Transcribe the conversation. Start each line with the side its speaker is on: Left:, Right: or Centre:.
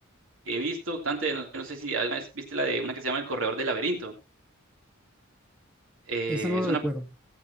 Right: he visto, bastante, no, no sé si alguna vez viste la de una que se llama El Corredor del Laberinto. Eh,
Centre: Esa no
Right: es
Centre: la
Right: una
Centre: recuerdo.